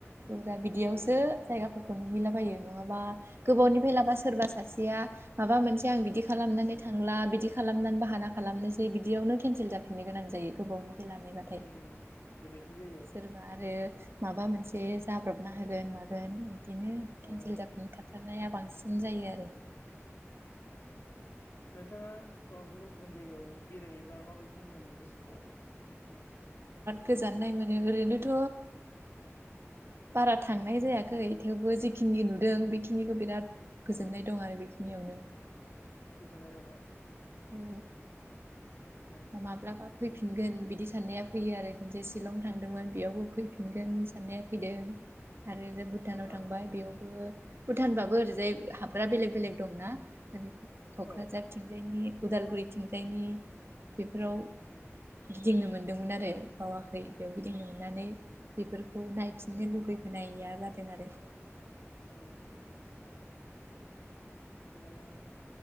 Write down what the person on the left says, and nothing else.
उम
औ औ
औ
उम बेबायदिनो जायो
उम
उम नोंथाङा ओ गुबुन गुबुन जायगायाव बेरायोबा माबायदि मोनो गोसोख खौ
गोजोननाय दंना
उम
ओ
औ
उम
ओ थिगानो